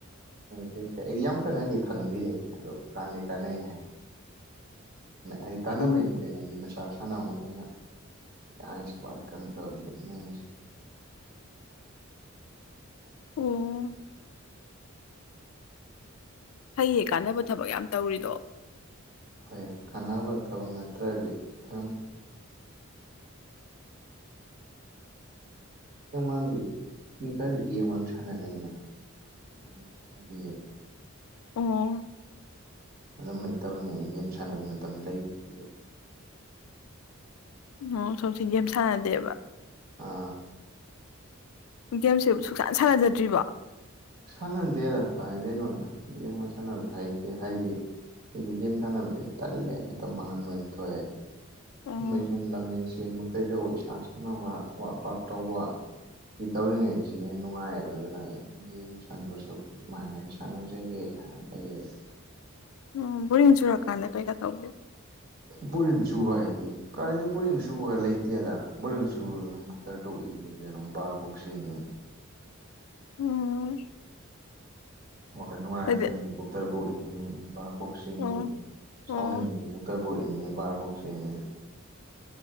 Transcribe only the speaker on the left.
ꯎꯝ
ꯑꯣ ꯐꯩꯌꯦ ꯀꯥꯟꯅꯕ ꯊꯕꯛ ꯌꯥꯝ ꯇꯧꯔꯤꯗꯣ
ꯎꯝ
ꯑꯣ ꯁꯣꯝꯁꯤ ꯒꯦꯝ ꯁꯥꯟꯅꯗꯦꯕ
ꯒꯦꯝꯁꯦ ꯁꯨꯛꯁꯥꯟ ꯁꯥꯟꯅꯖꯗ꯭ꯔꯤꯕꯣ
ꯑꯣ
ꯎꯝ ꯕ‌ꯣꯔꯤꯡ ꯆꯨꯔꯛꯀꯥꯟꯗ ꯀꯩꯀꯥ ꯇꯧꯒꯦꯣ
ꯎꯝ
ꯍꯥꯏꯗꯤ
ꯑꯣ ꯑꯣ